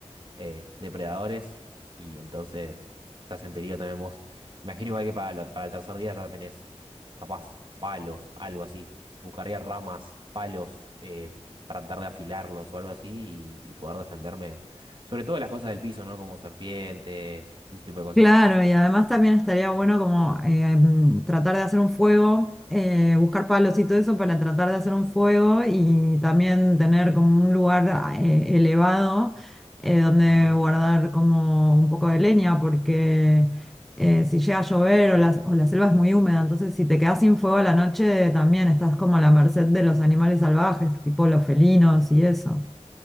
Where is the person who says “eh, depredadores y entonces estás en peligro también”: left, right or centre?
Right